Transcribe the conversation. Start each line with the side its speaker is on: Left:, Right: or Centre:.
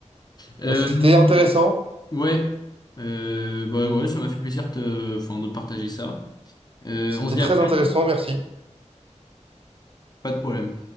Left: Euh,
Right: Bah, C'était intéressant.
Left: ouais. Euh, bah ouais, ça m'a fait plaisir de, enfin, de partager ça. Euh,
Right: C'était
Left: on se dit
Right: très
Left: à la prochaine?
Right: intéressant, merci.
Left: Pas de problème.